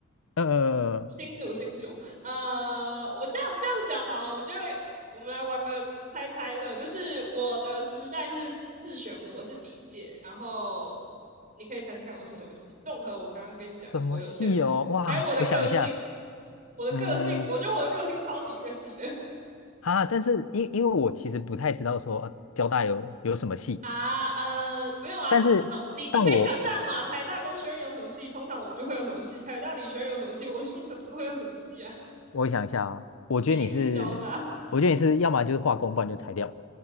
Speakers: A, on the left; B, on the right.
A: 呃，
B: 新竹新竹，呃，我这样这样讲好了，我觉得我们来玩个猜猜乐，就是我的时代是四选五，我是第一届，然后你可以猜猜看我是什么系，综合我刚刚跟你讲的所有线索，
A: 什么系哦？哇，
B: 还有我的个性，
A: 我想一下，
B: 我的个性，
A: 嗯，
B: 我觉得我的个性超级那个系的
A: 啊，但是因因为我其实不太知道说啊，交大有有什么系，
B: <laughs> 啊，呃，没有啊。
A: 但是但我
B: 那你你可以想象嘛，台大工学院有什么系，通常我们就会有什么系；台大理学院有什么系，我们通常就会有什么系啊，
A: 我想一下啊，我觉得你是，
B: 毕竟是交大。
A: 我觉得你是要么就是化工，不然就材料。